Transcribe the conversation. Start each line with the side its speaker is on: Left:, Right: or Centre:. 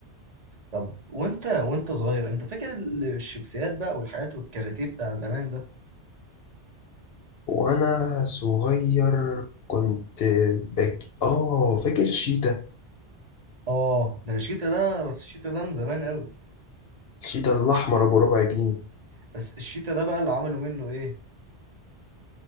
Right: طب وانت وانت صغير انت فاكر ال- الشيبسيات بقى والحاجات والكاراتيه بتاع زمان ده؟
Left: وأنا صغير كنت بك آه فاكر شيتا
Right: اه ده الشيتا ده بس الشيتا ده من زمان قوي
Left: الشيتا الأحمر أبو ربع جنيه
Right: بس الشيتا ده بقى اللي عملوا منه ايه